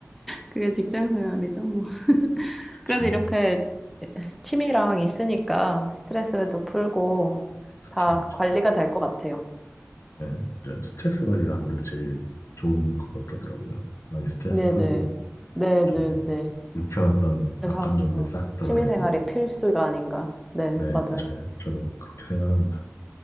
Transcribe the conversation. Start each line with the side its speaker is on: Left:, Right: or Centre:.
Centre: 그게 직장 생활이죠, 뭐.
Left: 그렇죠,
Centre: 그래도 이렇게 취미랑 있으니까 스트레스도 풀고
Left: 그렇죠,
Centre: 다
Left: 그렇죠.
Centre: 관리가 될 것 같아요.
Left: 예, 그래서 스트레스 관리가 아무래도 제일 좋은 것 같더라고요. 많이 스트레스
Centre: 네네.
Left: 풀고,
Centre: 네네네.
Left: 좀 묵혀놨던
Centre: 그래서
Left: 악감정들 싹 덜어내고,
Centre: 취미 생활이 필수가 아닌가. 네,
Left: 네,
Centre: 맞아요.
Left: 맞아요. 저도 그렇게 생각합니다.